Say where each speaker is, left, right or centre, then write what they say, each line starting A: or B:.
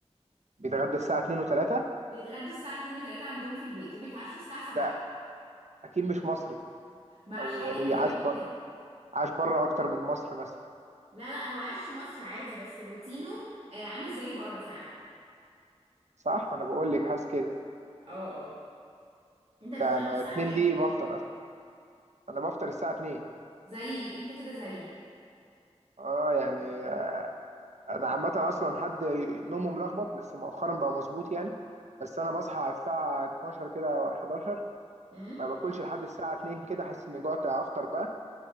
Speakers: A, on the right (about 80°); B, on the right (about 60°).
A: بيتغدى الساعه 2 و3
B: بيتغدى الساعه 2 و3 عندهم في البيت وبيتعشوا الساعه 7
A: ده اكيد مش مصري
B: مع
A: او
B: حاجه
A: يعني بيعاش
B: غريبه جدا
A: بره عاش بره اكتر من مصر مثلا
B: لا لا هو عايش في مصر عادي بس روتينه آه، عامل زي بره فعلا
A: صح ما انا بقول لك حاسس كده
B: اه اه انت بتتغدى
A: لا انا
B: الساعة
A: اتنين
B: كام
A: دي بفطر انا بفطر الساعه 2
B: زيي انت كده زيي
A: اه يعني انا عامه اصلا حد نومه ملخبط بس مؤخرا بقى مظبوط يعني بس انا بصحى على الساعه 12 كده أو 11
B: امم
A: ما باكلش لحد الساعه 2 كده احس اني جوعت افطر بقى